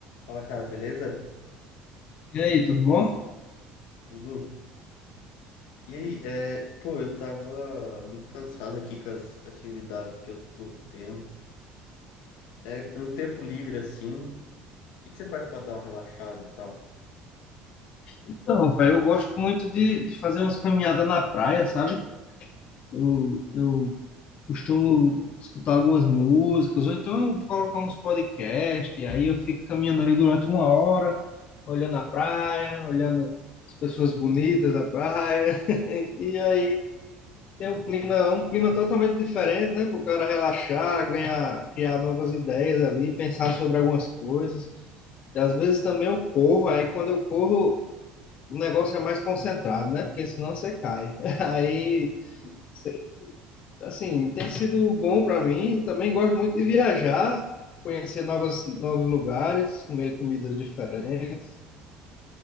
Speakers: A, on the left; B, on the left.
A: Fala, cara, beleza?
B: E aí, tudo bom?
A: Tudo? E aí, é, pô, eu tava muito cansado aqui com as atividades que eu tô tendo. É, no tempo livre, assim, o que que você faz pra dar uma relaxada e tal?
B: Então, pai, eu gosto muito de, de fazer umas caminhadas na praia, sabe? Eu, eu costumo escutar algumas músicas, ou então eu colocar uns podcasts, e aí eu fico caminhando ali durante uma hora, olhando a praia, olhando as pessoas bonitas da praia. <laughs> E aí tem um clima, é um clima totalmente diferente, né? Para o cara relaxar, ganhar, criar novas ideias ali, pensar sobre algumas coisas. E às vezes também eu corro, aí quando eu corro. o negócio é mais concentrado, né? Porque senão você cai. <laughs> Aí,
A: Hum.
B: sei- assim, tem sido bom para mim. Também gosto muito de viajar, conhecer novas, novos lugares, comer comidas diferentes.